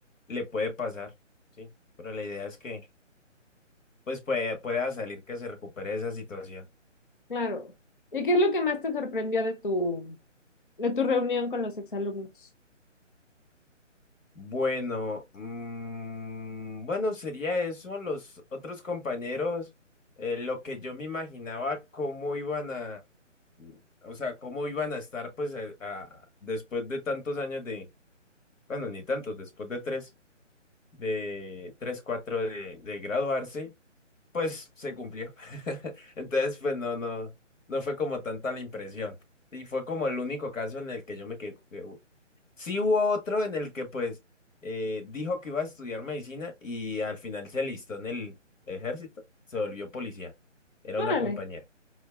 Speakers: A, on the left; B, on the left.
A: le puede pasar, ¿sí? Pero la idea es que pues puede, pueda salir que se recupere esa situación.
B: Claro. ¿Y qué es lo que más te sorprendió de tu, de tu reunión con los exalumnos?
A: Bueno, mm, bueno, sería eso. Los otros compañeros, eh, lo que yo me imaginaba cómo iban a, mm, o sea, cómo iban a estar pues a- a- después de tantos años de, bueno, ni tantos, después de tres. de 3 4 de, de graduarse, pues se cumplió. <laughs> Entonces, pues no, no, no fue como tanta la impresión. Sí, fue como el único caso en el que yo me quedé. que, "Uy". Sí hubo otro en el que pues eh, dijo que iba a estudiar medicina y al final se alistó en el ejército, se volvió policía. Era
B: Órale.
A: una compañera.